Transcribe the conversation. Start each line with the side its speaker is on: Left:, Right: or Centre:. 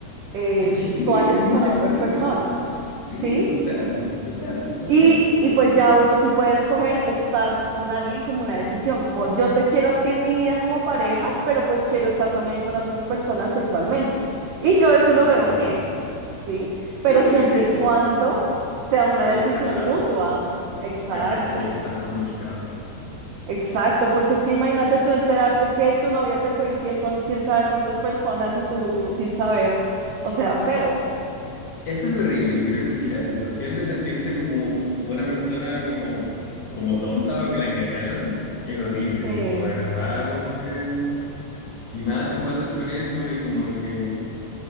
Right: eh,
Left: Es que
Right: sexuales
Left: sí, estoy muy
Right: con
Left: de
Right: otras
Left: acuerdo.
Right: personas,
Left: Sí,
Right: ¿sí?
Left: total, total, total.
Right: Y, y pues ya uno sí puede escoger estar con alguien como una decisión, como yo te quiero a ti en mi vida como pareja, pero pues quiero estar también con otras personas sexualmente. Y yo eso lo
Left: Claro.
Right: veo bien, ¿sí?
Left: Sí,
Right: Pero siempre
Left: eso.
Right: y cuando sea una
Left: Ahí
Right: decisión
Left: está hablado.
Right: mutua. Exacto,
Left: Claro, y tiene que estar comunicado.
Right: exacto, porque es que imagínate tú enterarte que tu novia te fue infiel con quién sabe cuántas personas y tú sin saber, o sea, feo.
Left: Eso es horrible. Yo creo que sí, la sensación de sentirte como una persona como, como tonta o que la engañaron es horrible.
Right: Sí.
Left: Como de verdad, como que... Y nada se puede hacer con eso y como que...